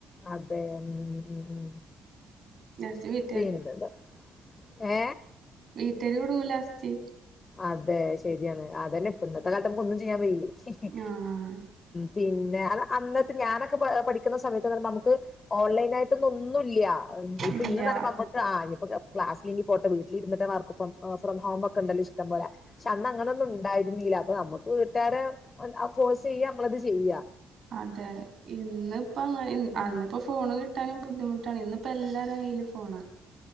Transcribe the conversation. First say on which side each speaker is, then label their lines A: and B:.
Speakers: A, on the left (about 35°); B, on the right (about 60°).
A: അതെ ഉം ഉം ഉം
B: ലാസ്റ്റ് <unintelligible>
A: <inaudible> ഏ
B: വീട്ടാര് കുടുങ്ങും ലാസ്റ്റ്
A: അതെ ശരിയാണ് അതന്നെ ഇപ്പൊ ഇന്നത്തെ കാലത്ത് നമുക്ക് ഒന്നും ചെയ്യാൻ വെയ്യായ് ഉ
B: ആഹ്
A: പിന്നെ അ അന്നത്തെ ഞാനൊക്കെ പഠിക്കുന്ന സമയത്ത്ന്ന് പറയുമ്പോ നമുക്ക് ഓൺലൈനായിട്ടൊന്നും ഒന്നുല്ല്യ ഇപ്പൊ
B: ഇല്ല
A: ഇന്ന്ന്നറിമ്പോ നമുക്ക് ആ ക്ലാസ് ഇല്ലെങ്കിൽ പോട്ടെ വീട്ടിൽ ഇരിന്ന്ട്ട് വർക്ക് ഫ്രം ഹോം ഒക്കെ ഇണ്ടല്ല ഇഷ് പക്ഷെ അന്ന് അങ്ങന ഒന്നും ഉണ്ടായിരുന്നീല്ല അപ്പൊ നമ്മുക്ക് വീട്ടാരെ ഫോഴ്സ് ചെയ്യ നമ്മളത് ചെയ്യാ
B: അതെ ഇന്നിപ്പ അങ്ങനെ അന്നിപ്പൊ
A: ഉം
B: ഫോണ് കിട്ടാനും ബുദ്ധിമുട്ടാണ് ഇന്നിപ്പോ എല്ലാരെ കയ്യിലും ഫോണാണ്